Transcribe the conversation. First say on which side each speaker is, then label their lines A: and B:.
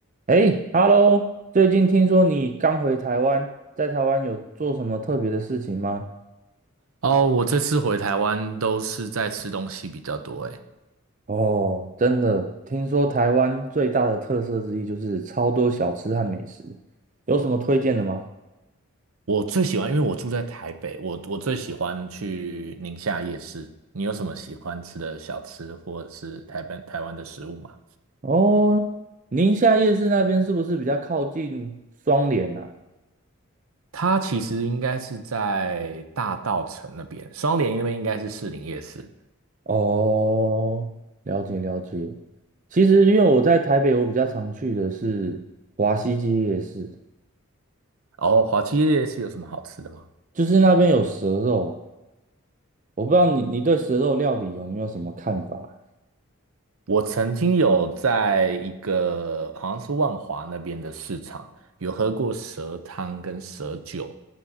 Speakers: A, on the right; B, on the right.
A: 哎，Hello，最近听说你刚回台湾，在台湾有做什么特别的事情吗？
B: 哦，我这次回台湾都是在吃东西比较多，诶。
A: 哦，真的，听说台湾最大的特色之一就是超多小吃和美食，有什么推荐的吗？
B: 我最喜欢，因为我住在台北，我我最喜欢去宁夏夜市。你有什么喜欢吃的小吃，或者是台北台湾的食物吗？
A: 哦，宁夏夜市那边是不是比较靠近双连啊？
B: 它其实应该是在大稻城那边，双连那边应该是士林夜市。
A: 哦，了解了解。其实因为我在台北，我比较常去的是华西街夜市，
B: 哦，华七夜市有什么好吃的吗？
A: 就是那边有蛇肉啊。我不知道你你对蛇肉料理有没有什么看法？
B: 我曾经有在一个好像是万华那边的市场，有喝过蛇汤跟蛇酒，